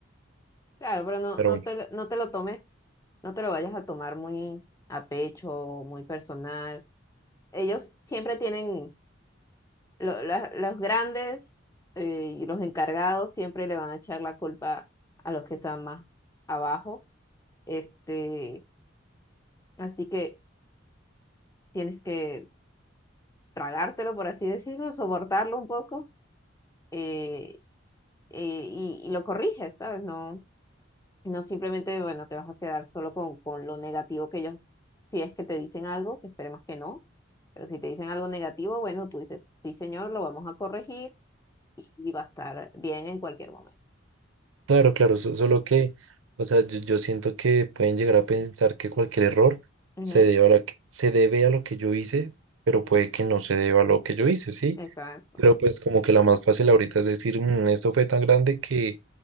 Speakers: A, on the left (about 15°); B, on the right (about 80°).
A: Claro, pero no,
B: Pero
A: no
B: bueno,
A: te, no te lo tomes, no te lo vayas a tomar muy a pecho, muy personal ellos siempre tienen lo- la- los grandes eh, y los encargados siempre le van a echar la culpa a los que están más abajo. Este, así que tienes que tragártelo, por así decirlo, soportarlo un poco eh, eh, y, y lo corriges, ¿sabes? No, no simplemente, bueno, te vas a quedar solo con, con lo negativo que ellos, si es que te dicen algo, que esperemos que no. Pero si te dicen algo negativo, bueno, tú dices, sí, señor, lo vamos a corregir y, y va a estar bien en cualquier momento.
B: claro, claro, so- solo que, o sea, yo, yo siento que pueden llegar a pensar que cualquier error
A: Ujú.
B: se debe a lo que, se debe a lo que yo hice, pero puede que no se deba a lo que yo hice, ¿sí?
A: Exacto.
B: Pero pues como que la más fácil ahorita es decir, "Mm, esto fue tan grande que